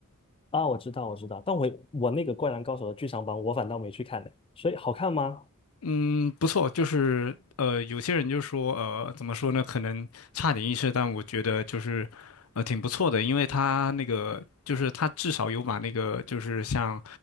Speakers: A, on the left; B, on the left.
A: 啊，我知道，我知道，但我我那个《灌篮高手》的剧场版，我反倒没去看呢，所以好看吗？
B: 嗯，不错，就是呃，有些人就说，呃，怎么说呢？可能差点意思，但我觉得就是，呃，挺不错的，因为他那个就是他至少有把那个就是像，